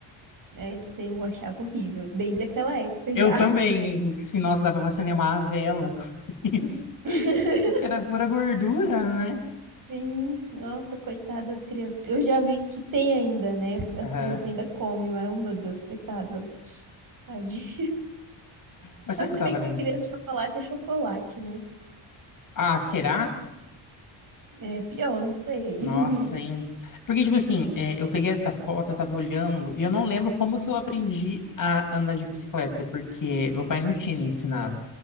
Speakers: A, on the right; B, on the left.
A: Esse eu achava horrível, desde aquela época
B: Eu
A: já.
B: também, assim, nossa, dá pra você uma vela com <laughs> isso.
A: <laughs>
B: Porque era pura gordura, né?
A: Sim, nossa, coitada das crianças. Eu já vi que tem ainda, né? As
B: Aham.
A: crianças ainda comem, mas, oh, meu Deus, coitada, tadinha. <laughs>
B: Mas
A: Mas
B: sabe o que
A: se
B: eu tava
A: bem que
B: lembrando?
A: pra criança chocolate é chocolate, né?
B: Ah, será?
A: É pior, não sei.
B: Nossa,
A: <laughs>
B: hein? Porque, tipo assim, é, eu peguei essa foto, eu tava olhando, e eu não lembro como que eu aprendi a andar de bicicleta, porque meu pai não tinha me ensinado.